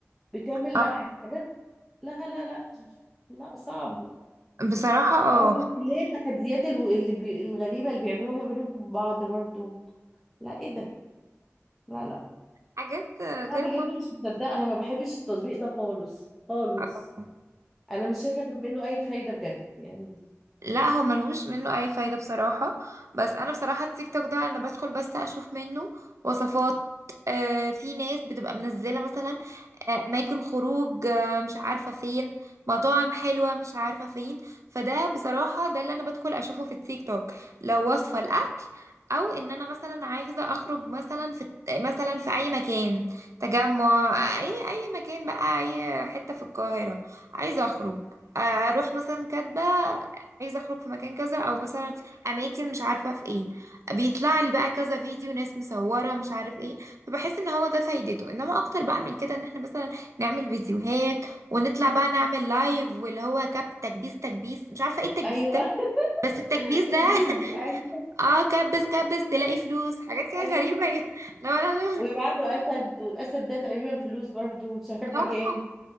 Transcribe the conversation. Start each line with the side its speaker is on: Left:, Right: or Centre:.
Centre: بتعمل
Right: اه
Centre: لا حاجات لا لا لا لا صعب
Right: بصراحه اه
Centre: هو اللي هي التحديات الو- اللي بي... الغريبه اللي بيعملوها ما بينهم وبين بعض برضو لا ايه ده لا لا
Right: حاجات غير
Centre: لا بجد مش مصدقه انا ما بحبش التطبيق ده خالص خالص
Right: منطقيه
Centre: انا مش شايفه منه اي فايده بجد يعني
Right: لا هو ملهوش منه اي فايدة بصراحة بس انا بصراحة التيك توك ده انا بدخل بس اشوف منه وصفات آه في ناس بتبقى منزلة مثلا آه، اماكن خروج آه مش عارفة فين مطاعم حلوة مش عارفة فين فده بصراحة ده اللي انا بدخل اشوفه في التيك توك لو وصفة الاكل او ان انا مثلا عايزة اخرج مثلا في مثلا في اي مكان تجمع اي اي مكان بقى اي حتة في القاهرة عايزة اخرج آه، اروح مثلا كاتبة عايزه اخرج في مكان كذا او مثلا اماكن مش عارفه في ايه بيطلع لي بقى كذا فيديو ناس مصوره مش عارف ايه فبحس ان هو ده فايدته انما اكتر بقى من كده ان احنا مثلا نعمل فيديوهات ونطلع بقى نعمل لايف واللي هو كب تكبيس تكبيس مش عارفه ايه التكبيس
Centre: ايوه
Right: ده بس التكبيس
Centre: <laughs>
Right: ده
Centre: تجريبي
Right: <laughs>
Centre: ايوه
Right: اه كبس كبس تلاقي فلوس حاجات كده
Centre: ايوه
Right: غريبه <laughs> لا لا لا
Centre: ويبعتوا
Right: لا.
Centre: اسد والاسد ده تقريبا فلوس برضو مش عارفه
Right: اه
Centre: كام